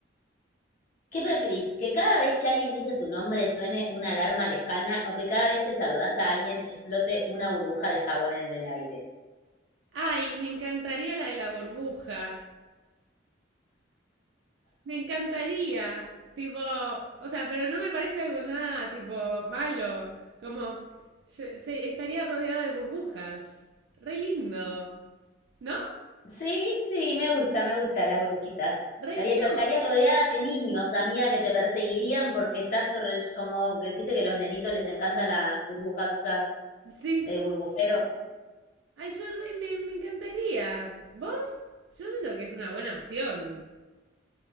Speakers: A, on the left; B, on the right.
A: ¿Qué preferís? ¿Que cada vez que alguien dice tu nombre suene una alarma lejana o que cada vez que saludás a alguien explote una burbuja de jabón en el aire?
B: Ay, me encantaría la de la burbuja. Me encantaría, tipo, o sea, pero no me parece algo nada, tipo, malo, como, yo- se- estaría rodeada de burbujas, re lindo, ¿no?
A: Sí, sí, me gusta, me gusta las brujitas.
B: Re
A: Estarías,
B: cute,
A: esta- estarías rodeada de niños, amiga, que te perseguirían porque estás torre- como que viste que a los nenitos les encantan las burbujas esas
B: sí.
A: del burbujero.
B: Ay, yo re, me, me encantaría. ¿Vos? Yo siento que es una buena opción.